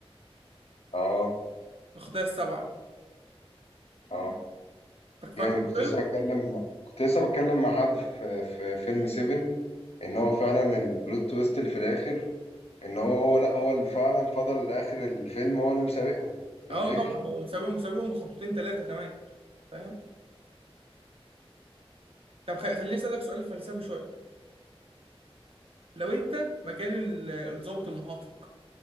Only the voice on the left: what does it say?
اه
اه
جامد
كنت لسه بتكلم كنت لسه بتكلم مع حد في في فيلم 7 ان هو فعلا البلوت تويست اللي في الاخر ان هو هو لا هو اللي فعلا فضل لاخر الفيلم هو اللي مسابقهم في
الفكر